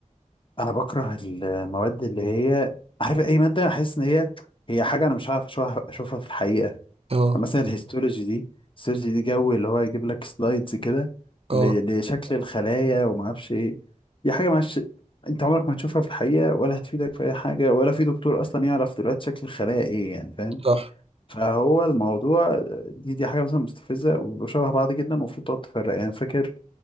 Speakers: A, on the left; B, on the right.
A: أنا بكره المواد اللي هي عارف أي مادة أحس إن هي هي حاجة أنا مش عارف أشوفها أشوفها في الحقيقة يعني
B: اه
A: مثلا الهيستولوجي دي الهيستولوجي دي جو اللي هو يجيب لك سلايدز كده
B: اه
A: ل- لشكل الخلايا وما أعرفش إيه دي حاجة معلش أنت عمرك ما تشوفها في الحقيقة ولا هتفيدك في أي حاجة ولا في دكتور أصلا يعرف دلوقتي شكل الخلايا إيه يعني فاهم
B: صح
A: فهو الموضوع دي دي حاجه مثلا مستفزه وشبه بعض جدا المفروض تقعد تفرق يعني فاكر